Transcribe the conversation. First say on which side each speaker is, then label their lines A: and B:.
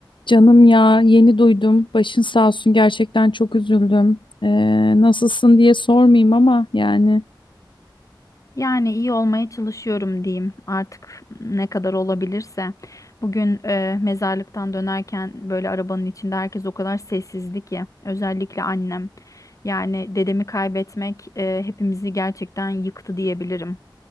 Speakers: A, on the left (about 80°); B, on the left (about 40°).
A: Canım ya yeni duydum. Başın sağ olsun gerçekten çok üzüldüm. Ee, nasılsın diye sormayayım ama yani
B: Yani iyi olmaya çalışıyorum diyeyim artık ne kadar olabilirse. Bugün e, mezarlıktan dönerken böyle arabanın içinde herkes o kadar sessizdi ki özellikle annem. Yani dedemi kaybetmek e, hepimizi gerçekten yıktı diyebilirim.